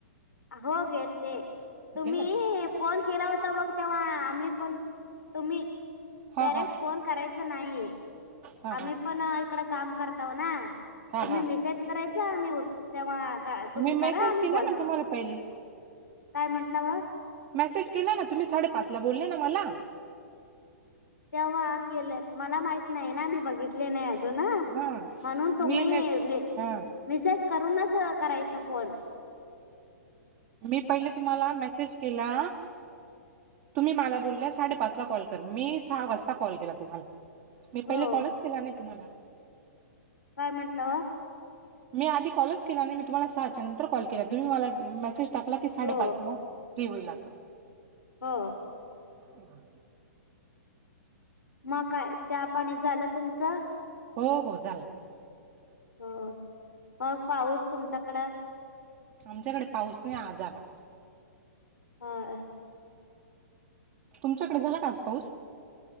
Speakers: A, on the left (about 80°); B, on the right (about 40°).
A: हो गेलते
B: आज
A: तुम्ही?
B: गेला होता
A: फोन केला होता बघ तेव्हा आम्ही पण तुम्ही.
B: हा
A: डायरेक्ट
B: हा
A: फोन करायच नाहीे.
B: हा
A: आम्ही
B: हा
A: पण इकड काम करताव ना
B: हा
A: तुम्ही
B: हा
A: मिसेज करायच मी तेव्हा तुम्ही
B: मी मेसेज
A: करा आम्ही
B: केला
A: बोलताव
B: ना तुम्हाला पहिले
A: काय म्हटलंव.
B: मेसेज केला ना तुम्ही साडेपाच ला बोलले ना मला.
A: तेव्हा केलं मला माहित नाही ना मी बघितले नाही. ना
B: हा
A: म्हणून तुम्ही
B: मी मेस हा
A: मिसेज करूनच करायच फोन.
B: मी पहिले तुम्हाला मेसेज केला. तुम्ही मला बोल्या साडेपाच ला कॉल कर मी सहा वाजता कॉल केला तुम्हाला? मी पहिले
A: हो
B: कॉलच केला नाही तुम्हाला?
A: काय म्हटलावं
B: मी आधी कॉलच केला आणि मी तुम्हाला सहाच्या नंतर कॉल केला तुम्ही मला मेसेज टाकला की साडेपाचला.
A: हो
B: फ्री होईल अस.
A: हो.
B: ह
A: मग काय चहा पाणी झालं तुमचं?
B: हो हो झालं.
A: हो मग पाऊस तुमच्याकडं?
B: आमच्याकडे पाऊस नाही आज आला.
A: हा.
B: तुमच्याकडे झाला का आज पाऊस?